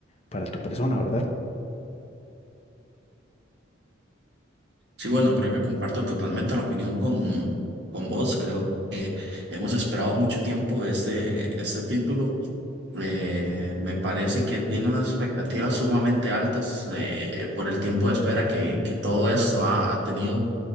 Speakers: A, on the left; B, on the right.
A: para tu persona, ¿verdad?
B: Sí, bueno, creo que comparto totalmente la opinión con, con vos. Creo que hemos esperado mucho tiempo este, este título. Eh, me parece que tiene unas expectativas sumamente altas eh, por el tiempo de espera que, que todo esto ha ha tenido.